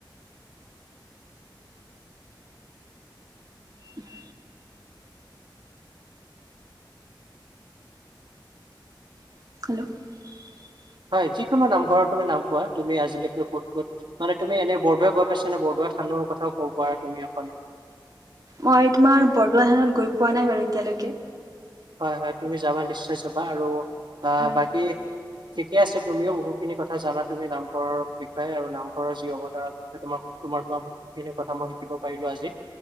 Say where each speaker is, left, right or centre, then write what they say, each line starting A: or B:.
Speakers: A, on the right; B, on the right.
A: উ <unintelligible> <unintelligible>
B: হয় যিকোনো নামঘৰ তুমি নাম কোৱা তুমি আজিলৈকে ক'ত ক'ত মানে এনে বৰদোৱা গৈ পাইছ নে বৰদোৱা ধানৰ কথাও ক'ব পাৰা তুমি অকৌ
A: মই তোমাৰ বৰদোৱা থানত গৈ পোৱা নাই বাৰু এতিয়ালৈকে।
B: হয় হয় তুমি যাবা নিশ্চয় চাবা আৰু আহ
A: হয়
B: বাকী ঠিকে আছে তুমিও বহুখিনি কথা জানা তুমি নামঘৰৰ বিষয়ে আৰু নামঘৰৰ যি অৱতাৰ তোমাক বহুতখিনি কথা মই শিকিব পাৰিলো আজি।